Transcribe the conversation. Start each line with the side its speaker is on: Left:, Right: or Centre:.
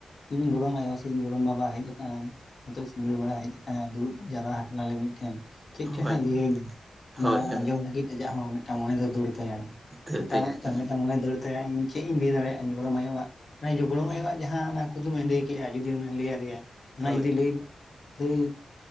Left: ᱤᱧ ᱜᱚᱲᱚᱢ ᱟᱭᱳ ᱥᱮ ᱤᱧ ᱜᱚᱲᱚᱢ ᱵᱟᱵᱟ ᱦᱮᱡ ᱟᱠᱟᱱᱟ ᱱᱤᱛᱚᱜ ᱥᱤᱸᱜᱟᱹᱲ ᱵᱮᱲᱟ ᱦᱮᱡ ᱠᱟᱛᱮᱱ ᱫᱩᱲᱩᱵ ᱡᱟᱣᱨᱟ ᱟᱠᱟᱱᱟ ᱞᱮ ᱢᱤᱫᱴᱷᱮᱱ ᱪᱮᱫ
Right: ᱦᱳᱭ
Left: ᱪᱚ ᱦᱟᱸᱜ ᱞᱟᱹᱭᱟᱹᱧᱟ? ᱚᱱᱟ
Right: ᱦᱳᱭ ᱦᱳᱭ
Left: ᱟᱸᱡᱚᱢ ᱞᱟᱹᱜᱤᱫ ᱟᱡᱟᱜ ᱦᱚᱸ ᱢᱤᱫᱴᱟᱝ ᱢᱚᱱᱮ ᱫᱚ ᱫᱟᱹᱲ ᱛᱟᱭᱟ
Right: ᱩᱫᱷᱟᱹᱨ
Left: ᱪᱮᱛᱟᱱ
Right: ᱛᱟᱭᱟᱭ ᱦᱳᱭ
Left: ᱢᱤᱫᱴᱟᱝ ᱢᱚᱬᱮ ᱫᱟᱹᱲ ᱛᱟᱭᱟ ᱤᱧ ᱪᱮᱫ ᱤᱧ ᱞᱟᱹᱭ ᱫᱟᱲᱮᱭᱟᱜᱼᱟ, ᱜᱚᱲᱚᱢ ᱟᱭᱳᱼᱟ᱾ ᱜᱚᱲᱚᱢ ᱟᱭᱩᱣᱟᱜ ᱡᱟᱦᱟᱸ ᱠᱩᱫᱩᱢᱮ ᱞᱟᱹᱭ ᱠᱮᱜᱼᱟ, ᱡᱩᱫᱤ ᱞᱟᱹᱭ ᱟᱞᱮᱭᱟ ᱚᱱᱟ
Right: ᱦᱳᱭ
Left: ᱡᱩᱫᱤ ᱞᱟᱹᱭ ᱞᱟᱹᱭ